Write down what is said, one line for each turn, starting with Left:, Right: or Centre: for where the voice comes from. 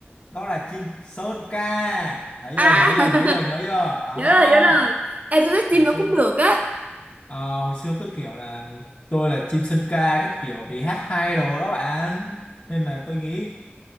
Left: đó là chim sơn ca thấy
Right: à
Left: chưa nhớ chưa nhớ chưa
Right: <laughs>
Left: nhớ chưa đó
Right: nhớ rồi nhớ rồi Ê, tôi thích chim
Left: hồi
Right: nó
Left: xưa
Right: cũng được á
Left: Ờ, hồi xưa cứ kiểu là tôi là chim sơn ca các kiểu vì hát hay đồ đó bạn nên là tôi nghĩ